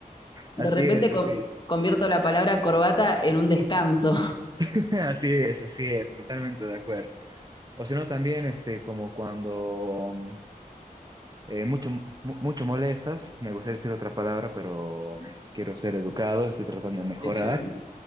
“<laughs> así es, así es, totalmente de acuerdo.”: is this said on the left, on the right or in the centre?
Right